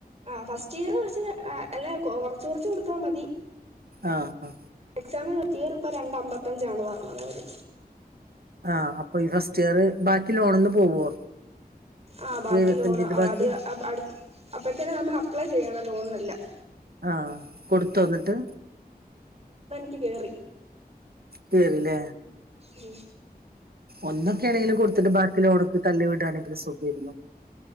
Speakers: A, on the right; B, on the right.
A: ആ ഫസ്റ്റ് ഇയർ പക്ഷെ അല്ലാ കൊറച്ച് കൊറച്ച് കൊടുത്താ മതി.
B: ആ ആ
A: എക്സാമിന് ഫസ്റ്റ് ഇയർ ഇപ്പോ രണ്ട് അമ്പത്തഞ്ചാണ് പറഞ്ഞതവര്
B: ആ അപ്പൊ ഈ ഫസ്റ്റ് ഇയർ ബാക്കി ലോണീന്ന് പോവോ?
A: ആ ബാക്കി
B: എഴുപത്തഞ്ചിന്റെ
A: ലോണ്
B: ബാക്കി
A: അത് അടു അപ്പഴത്തേനും നമ്മൾ അപ്ലൈ ചെയ്യണം ലോണിനെല്ലാം
B: ആ കൊടുത്തു വന്നിട്ട്?
A: ട്ടിക്ക് കയറി
B: കേറിയല്ലേ
A: ഉം
B: ഒന്നൊക്കെ ആണെങ്കിലും കൊടുത്തിട്ട് ബാക്കിയുള്ളത് ഉടക്ക് തള്ളി വീടുകയാണെങ്കിലും സുഖവായിരുന്നു